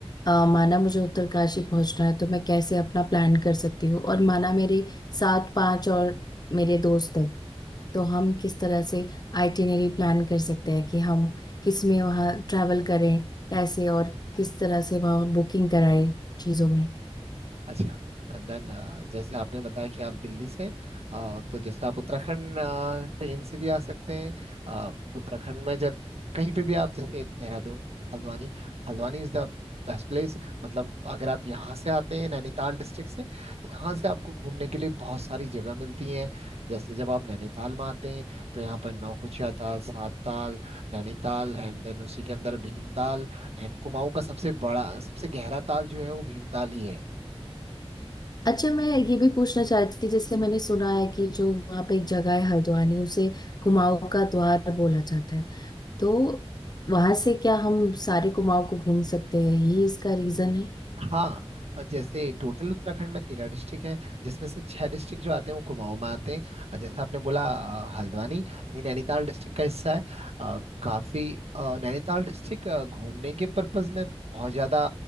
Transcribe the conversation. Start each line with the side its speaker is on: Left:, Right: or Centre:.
Left: अ, माना मुझे उत्तरकाशी पहुंचना है तो मैं कैसे अपना प्लान कर सकती हूँ और माना मेरे सात पांच और मेरे दोस्त हैं तो हम किस तरह से आइटिनरी प्लान कर सकते हैं कि हम किस में वहाँ ट्रैवल करें कैसे और किस तरह से वहाँ बुकिंग कराएं चीज़ों में
Right: अच्छा एंड देन जैसे आपने बताया कि आप दिल्ली से अ, तो जैसे आप उत्तराखंड अ, ट्रेन से भी आ सकते हैं अ, उत्तराखंड में जब कहीं पे भी आप जैसे Dehradun Haldwani Haldwani is the best place मतलब अगर आप यहाँ से आते हैं नैनीताल डिस्ट्रिक्ट से यहाँ से आपको घूमने के लिए बहुत सारी जगह मिलती हैं जैसे जब आप नैनीताल में आते हैं तो यहाँ पर नौकुचिया ताल सात ताल नैनीताल एंड देन उसी के अंदर भीमताल एंड कुमाऊं का सबसे बड़ा सबसे गहरा ताल जो है वो भीमताल ही है
Left: अच्छा मैं ये भी पूछना चाहती थी जैसे मैंने सुना है कि जो वहाँ पे एक जगह है हल्द्वानी उसे कुमाऊँ का द्वार बोला जाता है तो वहां से क्या हम सारे कुमाऊं को घूम सकते हैं यही इसका रीजन है
Right: हाँ और जैसे टोटल उत्तराखंड में तेरह डिस्ट्रिक्ट हैं जिसमें से छह डिस्ट्रिक्ट जो आते हैं वो कुमाऊं में आते हैं और जैसे आपने बोला अ, हल्द्वानी ये नैनीताल डिस्ट्रिक्ट का हिस्सा है अ, काफी अ, नैनीताल डिस्ट्रिक्ट अ, घूमने के पर्पज में बहुत ज्यादा